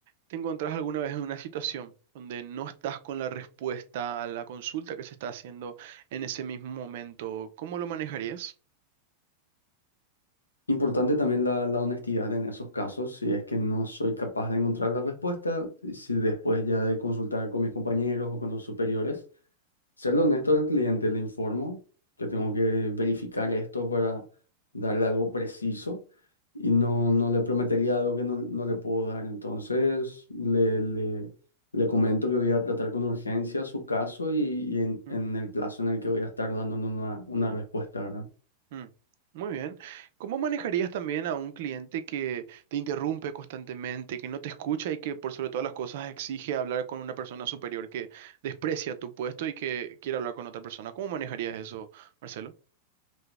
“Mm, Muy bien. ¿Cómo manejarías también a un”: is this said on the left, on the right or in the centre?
Right